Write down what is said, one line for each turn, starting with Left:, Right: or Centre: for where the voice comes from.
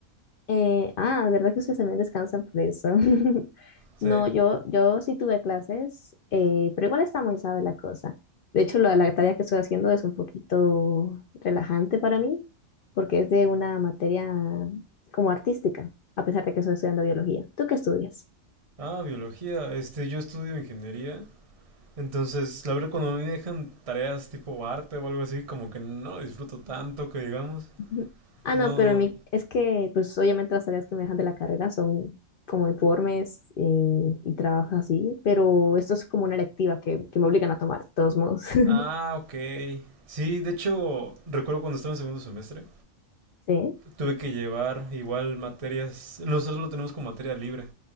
Left: Eh, ah, ¿verdad que ustedes también descansan por eso? <laughs>
Right: O sea,
Left: No, yo, yo sí tuve clases, eh, pero igual está muy sabe la cosa. De hecho, la, la tarea que estoy haciendo es un poquito relajante para mí, porque es de una materia como artística, a pesar de que estoy estudiando biología. ¿Tú qué estudias?
Right: ah, biología. Este, yo estudio ingeniería. Entonces, la verdad, cuando a mí me dejan tareas tipo arte o algo así, como que no disfruto tanto que digamos.
Left: Ujú. Ah,
Right: No.
Left: no, pero mi, es que, pues obviamente las tareas que me dejan de la carrera son como informes eh, y, trabajos así, pero esto es como una electiva que, que me obligan a tomar, de todos modos. <laughs>
Right: Ah, ok. Sí, de hecho, recuerdo cuando estaba en segundo semestre,
Left: Sí,
Right: tuve que llevar igual materias. Nosotros lo tenemos con materia libre.